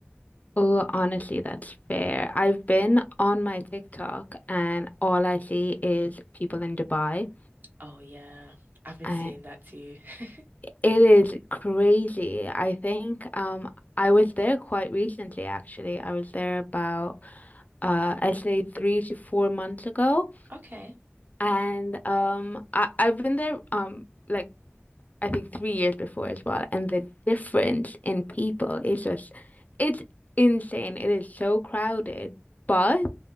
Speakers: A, on the left (about 40°); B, on the right (about 50°).
A: Oh, honestly, that's fair. I've been on my TikTok and all I see is people in Dubai.
B: Oh yeah, I've been
A: Uh,
B: seeing that too. <laughs>
A: it is crazy. I think um I was there quite recently actually. I was there about uh I'd say three to four months ago.
B: Okay.
A: And um I, I've been there um like I think three years before as well. And the difference in people is just, it's insane. It is so crowded, but